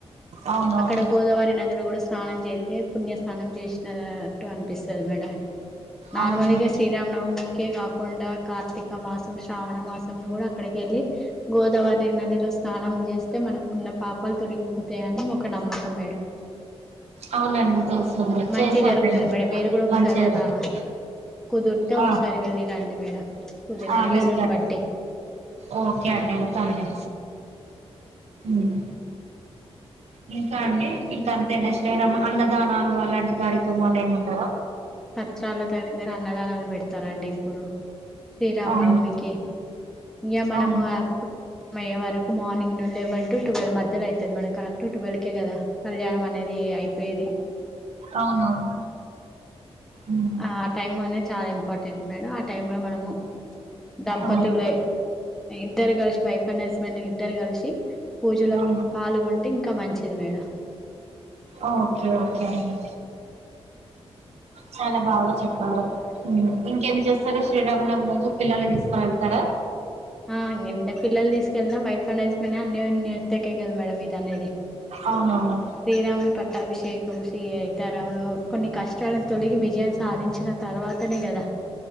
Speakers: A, on the right; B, in the centre.
A: అవునవును
B: అక్కడ గోదావరి నదిలో కూడా స్నానం చేత్తే పుణ్యస్నానం చేసినట్టు అనిపిస్తది మేడం నార్మల్గా
A: అవునండి
B: శ్రీరామనవమికే కాకుండా కార్తిక్ ర్తిక మాసం శ్రావణ మాసం కూడా అక్కడికి వెళ్ళి గోదావరి నదిలో స్నానం చేస్తే మనకున్న ఉన్నా పాపాలు తొలగిపోతాయని ఒక నమ్మకం మేడం
A: అవునండి తెలుసండి
B: మంచి
A: చేశాను
B: జరుగుతది
A: నేను
B: మేడం మీరు కూడా ఒకసారి
A: మంచిగా
B: అలా
A: జరిగింది
B: కుదిరితే ఒకసారి
A: ఆ
B: వెళ్ళిరండి మేడం కుదిరిన
A: ఆ
B: వీలుని
A: వెళ్తాం
B: బట్టి
A: ఒకే అండి వెళ్తాంలే మ్మ్ ఇంకా అండి ఇంకా అంతేనా శ్రీరామ అన్నదానాలు అలాంటి కార్యక్రమాలు ఏమి ఉండవా
B: చిత్రాల దగ్గర అన్నదానాలు పెడతారండి ఇప్పుడు శ్రీరామనవమికి
A: అవును
B: ఇగా మనము
A: అవును
B: అబ్ అయ్యే వరకు మార్నింగ్ నుల్ వన్ టు టువల్ మధ్యలో అయితది మనం కరెక్ట్ టువల్కే కదా కళ్యాణం అనేది అయిపోయేది
A: అవునవును ఉమ్
B: ఆ ఆ టైం అనేది చాలా ఇంపార్టెంట్ మేడం ఆ టైమ్ లో మనము దంపతులే
A: అవును
B: ఇద్దరు కలిసి వైఫ్ అండ్ హస్బెండ్ ఇద్దరు కలిసి పూజలో
A: అవును
B: పాల్గొంటే ఇంకా మంచిది మేడం
A: ఆ ఓకె ఓకె అండి చాలా బాగా చెప్పారు ఇంకేం చేస్తారు శ్రీరామనవమి రోజు పిల్లల్ని తీసుకు వెళ్తారా అ
B: ఆ పిల్లలు తీసుకెళ్ళినా వైఫ్ అండ్ హస్బెండ్ అన్యోన్యతకే కదా మేడం మీరు అనేది
A: అవునవును
B: శ్రీరాముని పట్టాభిషేక్ సి తరంలో కొన్ని కష్టాలను తొలగి విజయం సాధించిన తర్వాతనే కదా